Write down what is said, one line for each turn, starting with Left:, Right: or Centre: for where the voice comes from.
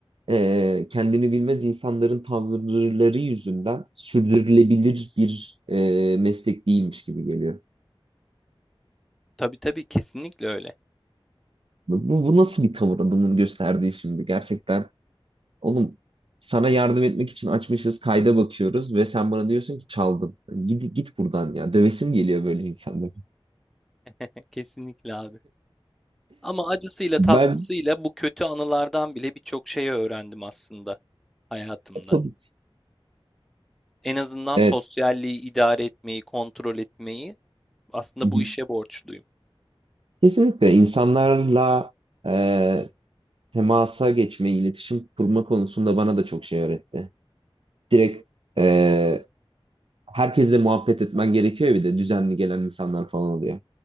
Right: e, kendini bilmez insanların tavırları yüzünden sürdürülebilir bir e, meslek değilmiş gibi geliyor.
Centre: Tabii tabii kesinlikle öyle.
Right: Bu, bu nasıl bir tavır adamın gösterdiği şimdi? Gerçekten oğlum sana yardım etmek için açmışız, kayda bakıyoruz ve sen bana diyorsun ki çaldım. Git git buradan ya. Dövesim geliyor böyle insanlara.
Centre: <laughs> Kesinlikle abi. Ama acısıyla
Right: Ben
Centre: tatlısıyla bu kötü anılardan bile birçok şey öğrendim aslında hayatımda.
Right: e, tabii
Centre: En azından
Right: evet.
Centre: sosyalliği idare etmeyi, kontrol etmeyi aslında
Right: Hı hı.
Centre: bu işe borçluyum.
Right: Kesinlikle insanlarla e, temasa geçme, iletişim kurma konusunda bana da çok şey öğretti. Direkt e, herkesle muhabbet etmen gerekiyor ya bir de düzenli gelen insanlar falan oluyor.